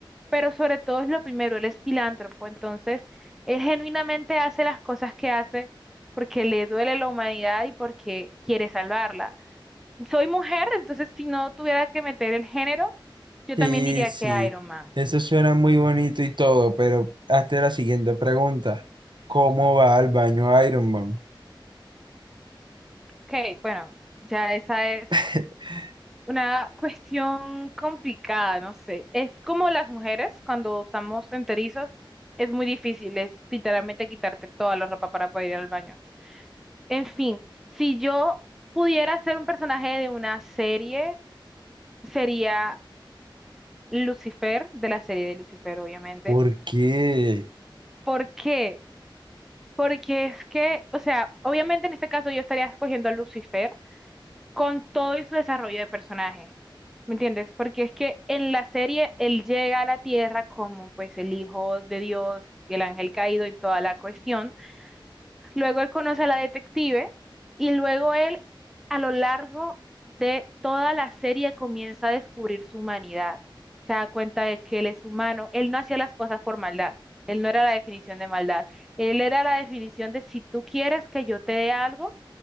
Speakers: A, in the centre; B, on the right (about 60°).
A: pero sobre todo es lo primero, él es filántropo, entonces él genuinamente hace las cosas que hace porque le duele la humanidad y porque quiere salvarla. Soy mujer, entonces si no tuviera que meter el género, yo
B: Sí,
A: también diría
B: sí,
A: que Iron Man.
B: eso suena muy bonito y todo, pero hazte la siguiente pregunta. ¿Cómo va al baño Iron Man?
A: Ok, bueno, ya esa es
B: <laughs>
A: una cuestión complicada, no sé. Es como las mujeres cuando usamos enterizos, es muy difícil, es literalmente quitarte toda la ropa para poder ir al baño. En fin, si yo pudiera ser un personaje de una serie, sería Lucifer, de la serie de Lucifer, obviamente.
B: ¿Por qué?
A: ¿Por qué? Porque es que, o sea, obviamente en este caso yo estaría escogiendo a Lucifer con todo y su desarrollo de personaje. ¿Me entiendes? Porque es que en la serie él llega a la tierra como pues el hijo de Dios y el ángel caído y toda la cuestión. Luego él conoce a la detective y luego él a lo largo de toda la serie comienza a descubrir su humanidad. Se da cuenta de que él es humano. Él no hacía las cosas por maldad. Él no era la definición de maldad. Él era la definición de si tú quieres que yo te dé algo,